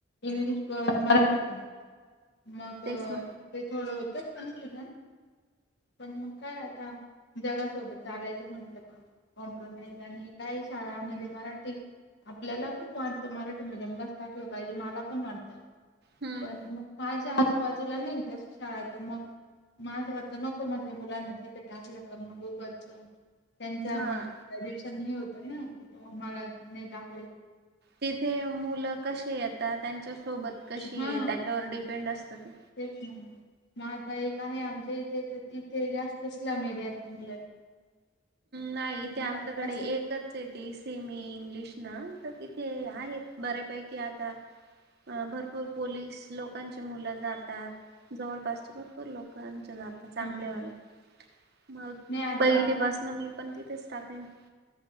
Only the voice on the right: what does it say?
तेच ना
हम्म
हा
तिथे मुलं कशी येतात, त्यांच्या सोबत कशी
येतात, त्याच्यावर डिपेंड असत ते.
नाही,
ते आमच्याकडे
एकच येते सेमी इंग्लिश ना- इथे आहेत, बऱ्यापैकी आता भरपूर- भरपूर पोलीस लोकांची मुलं जातात, जवळपासचे भरपूर लोकांचे जातात. चांगलेले
मग
पहिलीपासन मी पण तिथेच टाकली <unintelligible>